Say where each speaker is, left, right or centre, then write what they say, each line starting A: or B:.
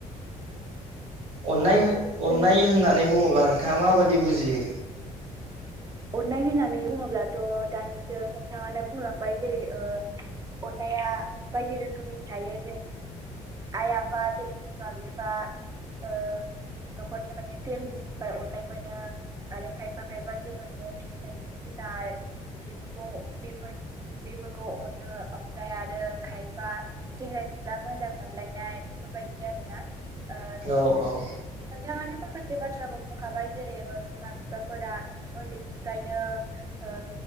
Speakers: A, on the right; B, on the right.
A: अननायहो अननाय
B: जों
A: होननानै बुङोब्ला नोंथाङा माबायदि बुजियो
B: अननाय होननानै बुङोब्लाथ' दानिसो नोंथाङानो बुंलांबाय जेरै ओ अननाया बायदि रोखोमनि थायो जेरै आइ आफा जेरै बिमा बिफा ओ न'खरनि माने फेमिलिनिफ्राय अननाय मोनो आरो खायफा खायफा जोङो न'आव फिसिनाय जिब जुनार बेफोरखौ बेफोरनि बेफोरखौ अनो ओमफ्राय आरो खायफा सेंग्रा सिख्ला मोजां मोनलायनाय बेफोरबायदि आरोना ओ
A: औ
B: नोंथाङानो माखासे बाथ्राखौ बुंखाबाय जेरै ओ बिमा बिफाफोरा उन्दैनिफ्रायनो ओ